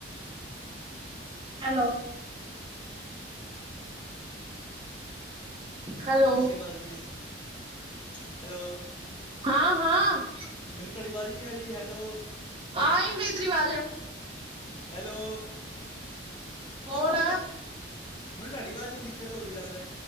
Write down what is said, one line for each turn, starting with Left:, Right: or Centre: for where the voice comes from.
Right: Hello. hello
Left: <unintelligible> ਵਾਜ਼ ਨੀ ਏ ਹੈਲੋ।
Right: ਹਾਂ-ਹਾਂ
Left: ਮੈਨੂੰ ਤੁਹਾਡੀ ਆਵਾਜ਼ ਹੀ ਨਹੀਂ ਆ ਰਹੀ ਹੈਲੋ
Right: ਆਈ ਵੀ ਤੇਰੀ ਅਵਾਜ਼।
Left: ਹੈਲੋ
Right: ਬੋਲ।
Left: ਮੈਨੂੰ ਤੁਹਾਡੀ ਆਵਾਜ਼ ਨੂੰ ਦਿੱਕਤ ਹੋ ਗਈ ਲੱਗਦਾ